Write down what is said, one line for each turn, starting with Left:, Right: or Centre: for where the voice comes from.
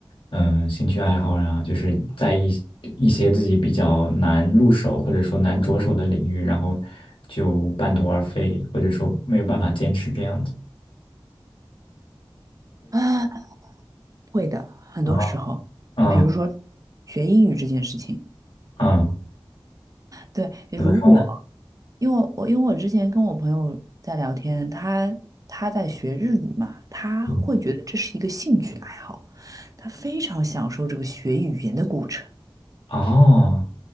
Left: 嗯，兴趣爱好啊，就是在一一些自己比较难入手或者说难着手的领域，然后就半途而废，或者说没有办法坚持这样子。
Right: 啊，会的，很多时候，
Left: 啊，嗯
Right: 你比如说学英语这件事情，
Left: 嗯，
Right: 对，如果
Left: 怎么说呢？
Right: 因为我因为我之前跟我朋友在聊天，他他在学日语嘛，他会觉得这是一个兴趣爱好，
Left: 嗯，
Right: 他非常享受这个学语言的过程。
Left: 哦，